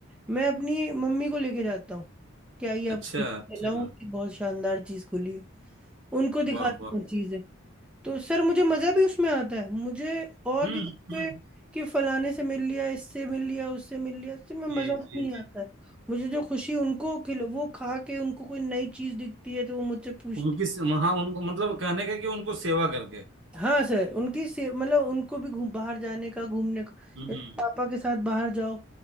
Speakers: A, in the centre; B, on the right.
A: मैं अपनी मम्मी को लेके जाता हूँ क्या ये आपको
B: अच्छा
A: दिखाऊं
B: अच्छा
A: कि बहुत शानदार चीज खुली है उनको दिखाता
B: वाह वाह
A: हूँ तो सर मुझे मजा भी उसमें आता है मुझे और
B: हम्म
A: किसी
B: हम्म
A: पे कि फलाने से मिल लिया इससे मिल लिया उससे मिल लिया इससे मैं मजा
B: जी जी
A: भी नहीं
B: जी
A: आता है मुझे जो खुशी उनको खिल वो खा के उनको कोई नई चीज दिखती है तो वो मुझसे पूछती
B: उनकी से- वहाँ उनको मतलब कहने का कि उनको सेवा करके
A: हाँ सर उनकी से मतलब उनको भी घूम बाहर जाने का घूमने का
B: हम्म
A: जैसे पापा के साथ बाहर जाओ